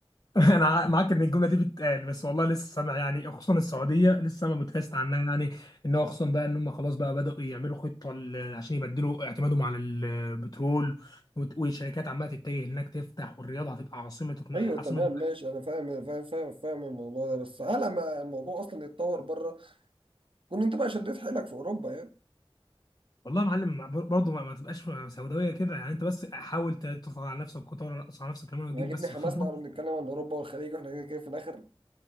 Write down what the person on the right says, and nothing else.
ايوه
تمام ماشي انا فاهم فاهم فاهم فاهم الموضوع ده بس على ما الموضوع اصلا يتطور بره كون انت بقى شديت حيلك في اوروبا يعني
عاجبني
حماسنا
واحنا بنتكلم عن اوروبا والخليج واحنا كده كده في الاخر